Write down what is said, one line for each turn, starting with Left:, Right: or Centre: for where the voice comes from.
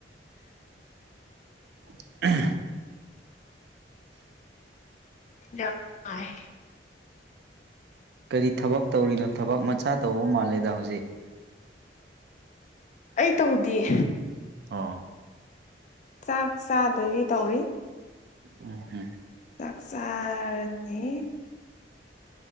Right: <unintelligible>
Left: ꯌꯥꯝ ꯅꯨꯡꯉꯥꯏ
Right: ꯀꯔꯤ ꯊꯕꯛ ꯇꯧꯔꯤꯅꯣ ꯊꯕꯛ ꯃꯆꯥ ꯇꯧꯕ ꯃꯥꯜꯂꯦꯗ ꯍꯧꯖꯤꯛ
Left: ꯑꯩ ꯇꯧꯗ‌ꯦ
Right: ꯑꫭ
Left: ꯆꯥꯛ ꯆꯥꯗꫭꯏꯒꯤ ꯇꯧꯔꯤ
Right: ꯑꯣ ꯍ <unintelligible>
Left: ꯆꯥꯛ ꯆꯥꯔꯅꯤ